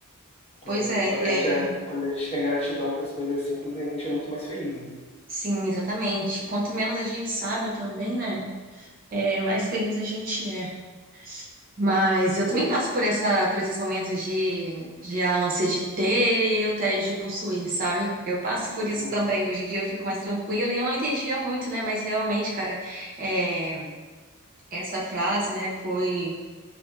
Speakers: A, on the left; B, on the right.
A: Quando,
B: Pois
A: a-
B: é,
A: quando,
B: é,
A: a gente é, quando a gente tem gratidão pelas coisas simples, a gente é muito mais feliz, né?
B: sim, exatamente. Quanto menos a gente sabe também, né? É, mais feliz a gente é. Mas eu
A: Oi?
B: também passo por essa, por esses momentos de, de a ânsia de ter e o tédio de possuir, sabe? Eu passo por isso
A: Uhum.
B: também. Hoje em dia eu fico mais tranquila e eu não entendia muito, né? Mas realmente, cara, é, essa frase, né, foi,